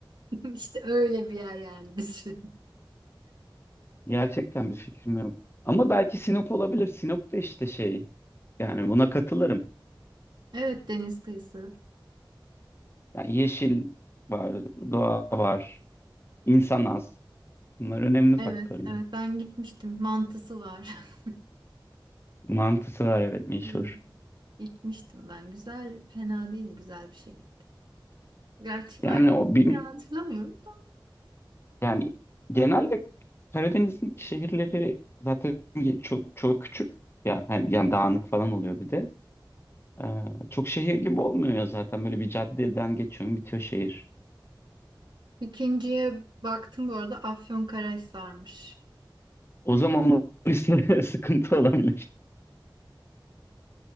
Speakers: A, on the right; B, on the left.
A: İşte öyle bir yer yani düşün.
B: <laughs> Gerçekten bir fikrim yok. Ama belki Sinop olabilir. Sinop'ta işte şey. Yani buna katılırım.
A: Evet, deniz kıyısı.
B: Yani yeşil var, doğa var, insan az. Bunlar önemli
A: Evet,
B: faktörler.
A: evet ben gitmiştim. Mantısı var. <laughs>
B: Mantısı var evet meşhur.
A: Hmm. Gitmiştim ben. Güzel, fena değil, güzel bir şey. Gerçi merkezi
B: Yani o bir
A: hatırlamıyorum da.
B: Yani genelde Karadeniz'in şehirleri zaten çok çok küçük ya yani, yani dağınık falan oluyor bir de. Ee, çok şehir gibi olmuyor ya zaten böyle bir caddeden geçiyorum bitiyor şehir.
A: İkinciye baktım bu arada Afyonkarahisar'mış.
B: O zaman o liste <laughs> sıkıntı olabilir.